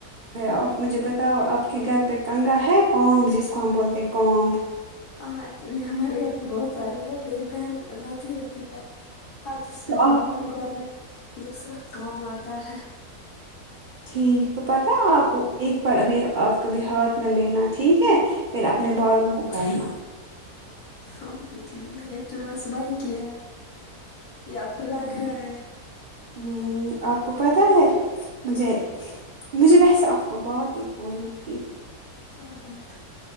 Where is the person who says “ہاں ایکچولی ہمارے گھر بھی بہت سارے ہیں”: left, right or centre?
Left